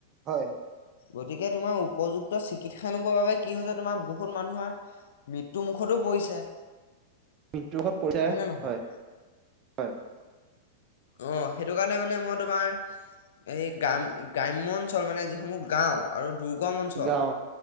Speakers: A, on the right; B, on the left.
A: হয়!
B: গতিকে তোমাৰ উপযুক্ত চিকিৎসা নবৰ বাবে কি হৈছে তোমাৰ বহুত মানুহৰ মৃত্যু মুুখতো পৰিছে।
A: মৃত্যুৰ হত পৰিচয়
B: নে নহয়
A: হয়। হয়।
B: অ সেইটো কাৰণে মানে মই তোমাৰ এই গ্ৰাম গ্ৰাম্্য অঞ্চল মানে যিসমূহ গাও আৰু দু গম অঞ্চল
A: গাঁও